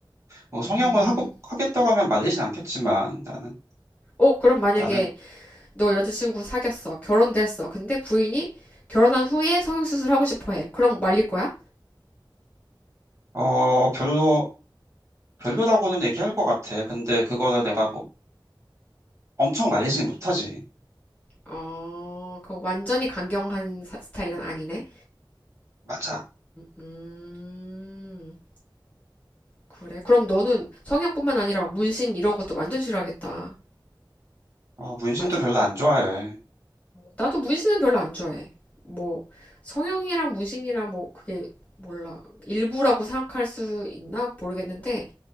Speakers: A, on the right (about 35°); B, on the left (about 20°).
A: 뭐 성형을
B: 음,
A: 하고, 하겠다고 하면 말리진 않겠지만 나는,
B: 어, 그럼 만약에
A: 나는,
B: 너 여자친구 사귀었어. 결혼도 했어. 근데 부인이 결혼한 후에 성형수술 하고 싶어 해. 그럼 말릴 거야?
A: 어, 별로, 별로라고는 얘기할 것 같아. 근데 그거를 내가 뭐 엄청 말리지는 못하지.
B: 어, 그 완전히 강경한 사- 스타일은 아니네.
A: 맞아.
B: 음, 그래. 그럼 너는 성형뿐만 아니라 문신 이런 것도 완전 싫어하겠다.
A: 어, 문신도
B: 맞아?
A: 별로 안 좋아해.
B: 나도 문신은 별로 안 좋아해. 뭐, 성형이랑 문신이랑 뭐, 그게 몰라. 일부라고 생각할 수 있나 모르겠는데,